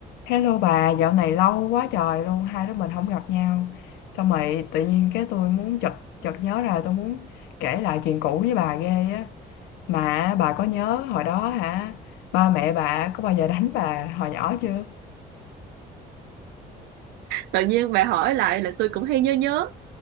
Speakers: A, on the left; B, on the right.
A: Hello bà, dạo này lâu quá trời luôn, hai đứa mình không gặp nhau. Xong rồi tự nhiên cái tôi muốn chợt chợt nhớ ra tôi muốn kể lại chuyện cũ với bà ghê á. Mà bà có nhớ hồi đó hả? Ba mẹ bà có bao giờ đánh bà hồi nhỏ chưa?
B: tự nhiên bà hỏi lại là tôi cũng hay nhớ nhớ